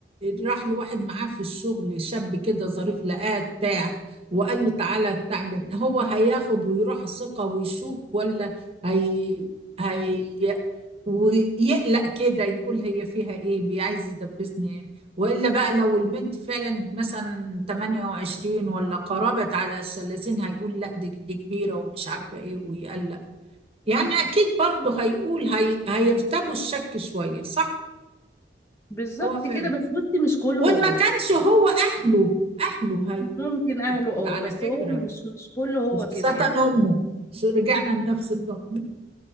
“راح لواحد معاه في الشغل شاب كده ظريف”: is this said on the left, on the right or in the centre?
Right